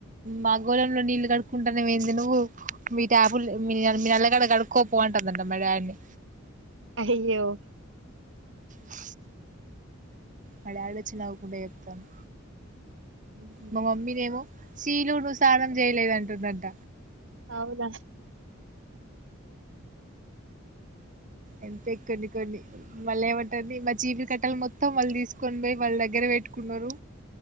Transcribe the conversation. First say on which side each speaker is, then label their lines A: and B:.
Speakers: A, on the right; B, on the right.
A: మా గోళంలో నీళ్లుు కడుక్కుంటానే ఏంది నువ్వు మీ ట్యాపు మీ నల్లగాడ కడుక్కకోపోవ ంట మగా అన్ని
B: అయ్యో
A: ఆ మళయాళ వచ్చిినవ్వకుండా చెప్తాను
B: హుహు.
A: మా మమ్మీనే ఏమో శీలును సానం చేయలేదంటుందంట
B: అవుదా
A: ఎంతే కొన్ని కొన్ని మళ్ళ ఏమంటుంది మా జీవి కట్టలు మొత్తం మళ్ళీ తీసుకొని పోయిళ్ళ దగ్గర పెట్టుకున్నారు